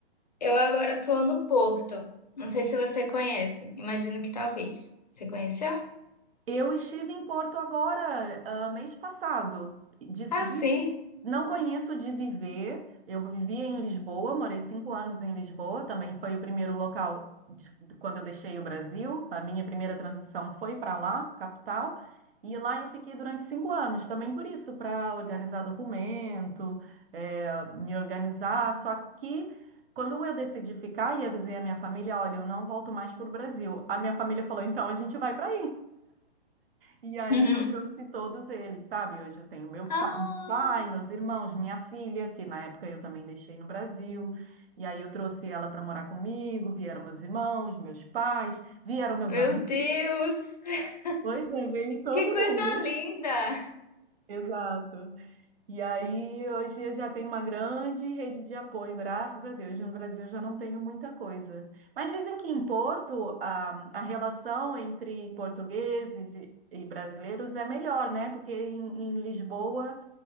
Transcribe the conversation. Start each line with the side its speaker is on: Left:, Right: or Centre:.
Left: Eu agora tô no Porto. Não sei se você conhece. Imagino que talvez. Você conheceu?
Right: Eu estive em Porto agora, ah, mês passado. De-
Left: Ah,
Right: de-
Left: sim.
Right: não conheço de viver. Eu vivia em Lisboa, morei cinco anos em Lisboa. Também foi o primeiro local de- de quando eu deixei o Brasil. A minha primeira transição foi para lá, capital. E lá eu fiquei durante cinco anos, também por isso, para organizar documento, eh, me organizar. Só que quando eu decidi ficar e avisei a minha família, olha, eu não volto mais para o Brasil. A minha família falou, então a gente vai para e aí
Left: <laughs>
Right: eu trouxe todos eles, sabe? Hoje eu tenho meu pa-
Left: Ah,
Right: meu pai, meus irmãos, minha filha, que na época eu também deixei no Brasil. E aí eu trouxe ela para morar comigo, vieram meus irmãos, meus pais, vieram meus
Left: meu
Right: amigos.
Left: Deus! <laughs>
Right: Pois é, veio todo
Left: Que coisa
Right: mundo.
Left: linda!
Right: Exato. E aí, hoje eu já tenho uma grande rede de apoio, graças a Deus. No Brasil eu já não tenho muita coisa. Mas dizem que em Porto a, a relação entre portugueses e, e brasileiros é melhor, né? Porque em, em Lisboa